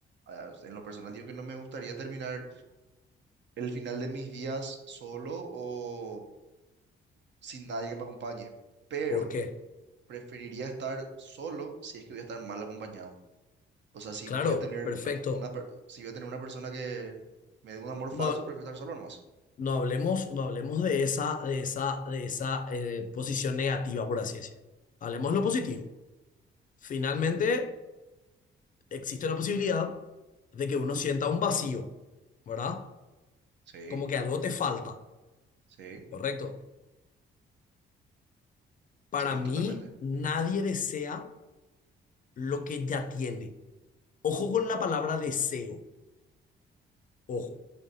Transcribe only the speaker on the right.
ah, En lo personal digo que no me gustaría terminar el final de mis días solo o sin nadie que me acompañe. Pero
preferiría estar solo si es que voy a estar mal acompañado. O sea, si
voy a tener
una, una, per- si voy a tener una persona que me dé un amor falso,
prefiero estar solo nomás.
Ujú,
Sí,
sí,
sí,
totalmente.